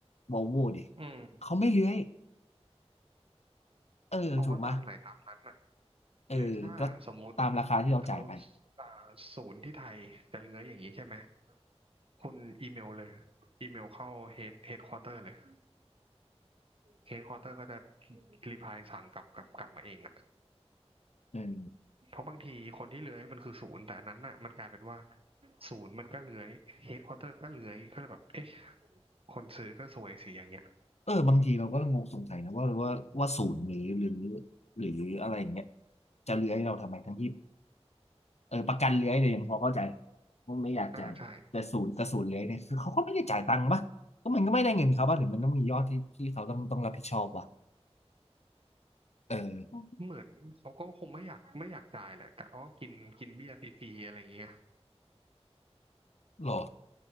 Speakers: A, on the left; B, on the right.
A: วอลโวดิ
B: อืม
A: เขาไม่เลื้อยเออถูกไหมย
B: เขาก็ตามไหนตามนั้นอ่ะ
A: เออก็
B: หรือถ้าสมมุติ
A: ตามราคาที่เราจ่ายไป
B: เขาอ่าศูนย์ที่ไทยจะเลื้อยอย่างนี้ใช่ไหมคุณอีเมลเลยอีเมลเข้าเฮดเฮดควอเตอร์เลยเฮดควอเตอร์ก็จะรีพายสั่งกลับกลับกลับมาเองอ่ะ
A: เออ
B: เพราะบางทีคนที่เลื้อยมันคือศูนย์แต่อันนั้นอ่ะมันกลายเป็นว่าศูนย์มันก็เลื้อยเฮดควอเตอร์ก็เลื้อยก็เลยแบบเอ๊ะคนซื้อก็สวยสิอย่างเงี้ย
A: เออบางทีเราก็งงสงสัยนะว่าว่าว่าศูนย์หรือหรือหรืออะไรอย่างเงี้ยจะเลื้อยเราทำไมทั้งที่ เออประกันเลื้อยเนี่ยยังพอเข้าใจว่าไม่อยากจ่ายแต่ศูนย์แต่ศูนย์เลื้อยเนี่ยคือเขาก็ไม่ได้จ่ายตังค์ปะก็มันก็ไม่ได้เงินเขาป่ะหรือมันต้องมียอดที่ที่เขาต้องต้องรับผิดชอบวะ
B: อ่าใช่
A: เออ
B: เหมือนเขาก็คงไม่อยากไม่อยากจ่ายแหละกะว่ากินกินเบี้ยฟรีๆอะไรอย่างเงี้ย
A: หรอ